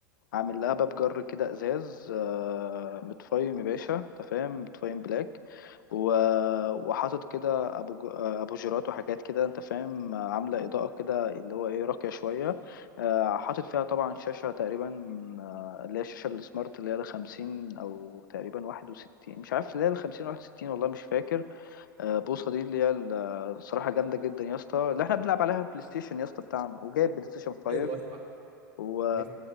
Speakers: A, on the left; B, on the right.
A: عامل لها باب جر كده ازاز آه، متفايم يا باشا انت فاهم متفايم بلاك و- وحاطط كده ابو ابوجرات وحاجات كده انت فاهم آه، عامله اضاءه كده اللي هو ايه راقيه شويه آه، حاطط فيها طبعا شاشه تقريبا آه، اللي هي الشاشه السمارت اللي هي الخمسين او تقريبا واحد وستين مش عارف اللي هي الخمسين واحد وستين والله مش فاكر آه، بوصه دي اللي هي ال- الصراحه جامده جدا يا اسطى اللي احنا بنلعب عليها بلاي ستيشن يا اسطى بتاعنا وجايب بلاي ستيشن 5
B: ايوه أيوة،
A: و
B: عارف